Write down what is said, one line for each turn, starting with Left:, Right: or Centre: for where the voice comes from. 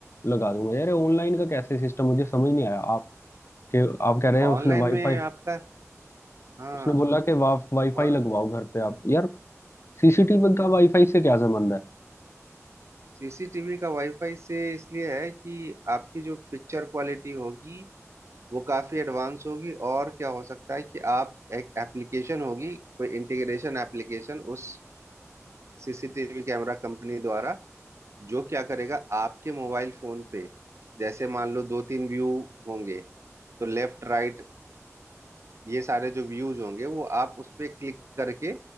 Left: लगा दूंगा यार ऑनलाइन का कैसे सिस्टम मुझे समझ नहीं आया आप के आप कह रहे हैं
Right: ऑनलाइन
Left: उसने वाईफाई
Right: में आपका हाँ
Left: उसने बोला कि वा, वाईफाई
Right: और
Left: लगवाओ घर पे आप यार सीसीटीवी का वाईफाई से क्या संबंध है
Right: सीसीटीवी का वाईफाई से इसलिए है कि आपकी जो पिक्चर क्वालिटी होगी वो काफी एडवांस होगी और क्या हो सकता है कि आप एक एप्लीकेशन होगी कोई इंटीग्रेशन एप्लीकेशन उस सीसीटीवी कैमरा कंपनी द्वारा जो क्या करेगा आपके मोबाइल फोन पे जैसे मान लो दो तीन व्यू होंगे तो लेफ्ट राइट ये सारे जो व्यूज होंगे वो आप उस पे क्लिक करके